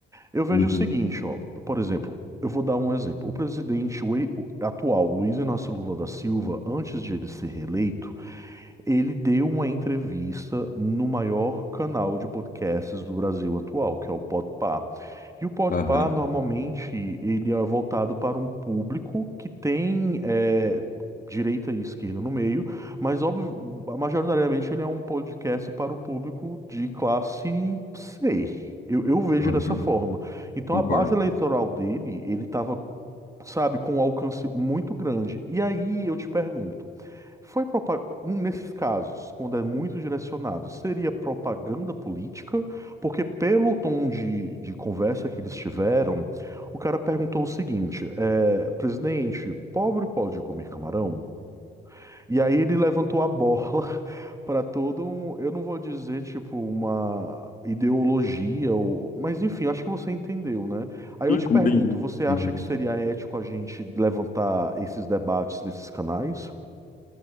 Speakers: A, on the right (about 15°); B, on the left (about 45°).
A: Eu vejo
B: Uhum.
A: o seguinte, ó, por exemplo, eu vou dar um exemplo. O presidente o e- o atual, Luiz Inácio Lula da Silva, antes de ele ser reeleito ele deu uma entrevista no maior canal de podcasts do Brasil atual, que é o Podpah. E o Podpah,
B: Aham,
A: normalmente, ele é voltado para um público que tem eh, direita e esquerda no meio, mas óbvio, majoritariamente ele é um podcast para o público de classe C. Eu, eu vejo
B: aham,
A: dessa forma. Então
B: concordo.
A: a base eleitoral dele, ele estava, sabe, com um alcance muito grande. E aí eu te pergunto. Foi propa- um, nesses casos, quando é muito direcionado, seria propaganda política, porque pelo tom de, de conversa que eles tiveram, o cara perguntou o seguinte: é, presidente, pobre pode comer camarão? E aí ele levantou a bola <laughs> para todo um, eu não vou dizer tipo uma ideologia, ou, mas enfim, acho que você entendeu, né? Aí
B: Sim,
A: eu te
B: compreendi.
A: pergunto, você acha
B: Uhum.
A: que seria ético a gente levantar esses debates nesses canais?